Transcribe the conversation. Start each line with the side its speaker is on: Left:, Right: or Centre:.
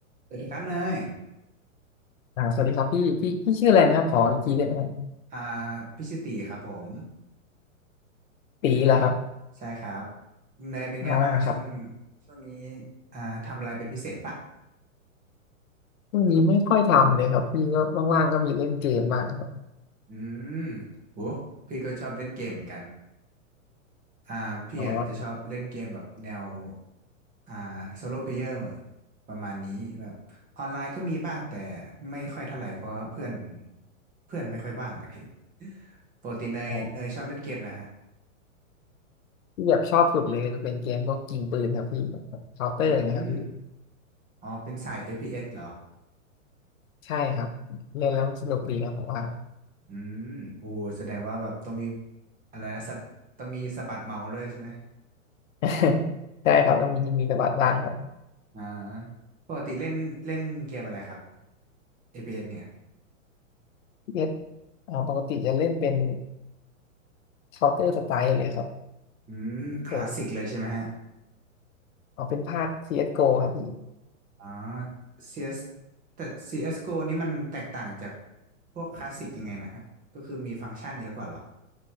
Right: สวัสดีครับเนย
Left: อ่าสวัสดีครับพี่พี่พี่ชื่ออะไรนะครับขออีกทีได้ไหมครับ
Right: อ่าพิชิติครับผม
Left: ตีเหรอครับ
Right: ใช่ครับเนยเป็นไงบ้างช่วง
Left: อ่าครับ
Right: ช่วงนี้อ่าทำอะไรเป็นพิเศษปะ
Left: ช่วงนี้ไม่ค่อยทำเลยครับพี่ก็ว่างๆก็มีเล่นเกมบ้างครับ
Right: อืมโหพี่ก็ชอบเล่นเกมเหมือนกันอ่าพี่อ่ะจะชอบเล่นเกมแบบแนว
Left: อ๋อ
Right: อ่าโซโล่เพลเยอร์ประมาณนี้แบบออนไลน์ก็มีบ้างแต่ไม่ค่อยเท่าไหร่เพราะว่าเพื่อนเพื่อนไม่ค่อยว่างกัน <laughs> ปกติเนยเนยชอบเล่นเกมนะฮะ
Left: อ๋อที่แบบชอบสุดเลยก็จะเป็นเกมพวกยิงปืนครับพี่แบบเคาน์เตอร์นะครับพี่
Right: อืมอ๋อเป็นสาย FPS เอสเหรอ
Left: ใช่ครับเล่นแล้วมันสนุกดีครับผมว่า
Right: อืมโอ้แสดงว่าแบบต้องมีอะไรนะสัตต้องมีสะบัดเมาส์ด้วยใช่ไหม
Left: <laughs> ใช่ครับต้องมีมีตะบัดบ้างครับ
Right: อ่าปกติเล่นเล่นเกมอะไรครับ a p s เอสเนี่ย
Left: พี่เอสอ่าปกติจะเล่นเป็นเคาน์เตอร์สไตล์เลยครับ
Right: อืมคลาสสิกเลยใช่ไหมฮะ
Left: เออเอาเป็นภาค CSGO ครับพี่
Right: อ๋อ CS แต่ CSGO นี่มันแตกต่างจากพวกคลาสสิกยังไงนะฮะก็คือมีฟังก์ชันเยอะกว่าเหรอ